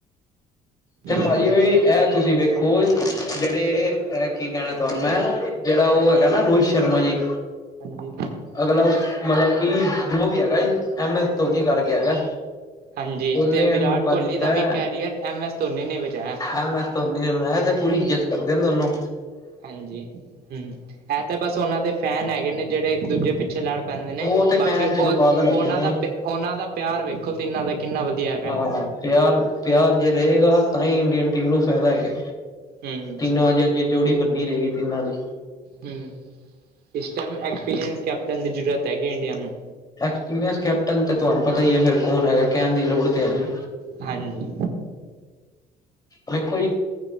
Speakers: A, on the left; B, on the right.
A: ਤੇ
B: ਹੂੰ।
A: ਭਾਜੀ ਇਹ ਤੁਸੀਂ ਵੇਖੋ ਜਿਹੜੇ ਇਹ ਕੀ ਕਹਿਣਾ ਤੁਹਾਨੂੰ ਮੈਂ ਜਿਹੜਾ ਉਹ ਹੈਗਾ ਨਾ ਰੋਹਿਤ ਸ਼ਰਮਾ ਜੀ
B: ਹਾਂਜੀ
A: ਅਗਲਾ ਮਤਲਬ ਕਿ ਜੋ ਵੀ ਹੈਗਾ ਐਮ ਐਸ ਧੋਨੀ ਕਰਕੇ ਹੈਗਾ।
B: ਹਾਂਜੀ
A: ਉਹਨੇ
B: ਤੇ ਵਿਰਾਟ
A: ਇਹਨੂੰ ਮੌਕਾ
B: ਕੋਹਲੀ
A: ਦਿੱਤਾ
B: ਦਾ ਵੀ
A: ਹੈ
B: ਕੈਰੀਅਰ ਐਮ ਐਸ ਧੋਨੀ ਨੇ ਬਚਾਇਆ।
A: ਐਮ ਐਸ ਧੋਨੀ ਨੇ ਬਨਾਇਆ ਤੇ ਪੂਰੀ ਇੱਜਤ ਕਰਦੇ ਨੇ ਦੋਨੋਂ।
B: ਹਾਂਜੀ ਹੂੰ ਇਹ ਤਾਂ ਬਸ ਉਹਨਾਂ ਦੇ ਫੈਨ ਹੈਗੇ ਨੇ ਜਿਹੜੇ ਦੂਜੇ ਪਿੱਛੇ ਲੜ ਪੈਂਦੇ ਨੇ
A: ਉਹ ਤੇ
B: ਬਾਕੀ
A: ਫੈਨ
B: ਉਹ
A: ਚਲੋ ਪਾਗਲ ਹੈਗੇ
B: ਉਹਨਾਂ
A: ਨੇ
B: ਦਾ ਉਹਨਾਂ ਦਾ ਪਿਆਰ ਵੇਖੋ ਤ ਇਹਨਾਂ ਦਾ ਕਿੰਨਾ ਵਧੀਆ ਹੈ
A: ਹਾਂ ਪਿਆਰ ਪਿਆਰ ਜੇ ਰਹੇਗਾ ਤਾਂ ਹੀ ਇੰਡੀਅਨ ਟੀਮ ਨੂੰ ਫਾਇਦਾ ਹੈਗਾ
B: ਹਮ <unintelligible> ਹੂੰ
A: ਤਿੰਨੋ ਅੱਜੇ ਜੋੜੀ ਬੰਨੀ ਰਹੇਗੀ ਤਿੰਨਾਂ ਦੀ
B: ਹਮ ਇਸ ਟਾਈਮ ਐਕਸਪੀਰੀਅੰਸ ਕੈਪਟਨ ਦੀ ਜ਼ਰੂਰਤ ਹੈਗੀ ਇੰਡੀਆ ਨੂੰ
A: ਐਕਸਪੀਰੀਐਂਸ ਕੈਪਟਨ ਤੇ ਤੁਹਾਨੂੰ ਪਤਾ ਹੀ ਹੈ ਫਿਰ ਕੌਣ ਹੈਗਾ ਕਹਿਣ ਦੀ ਲੋੜ ਤੇ ਹੈ ਨਹੀਂ
B: ਹਾਂਜੀ
A: ਦੇਖੋ ਜੀ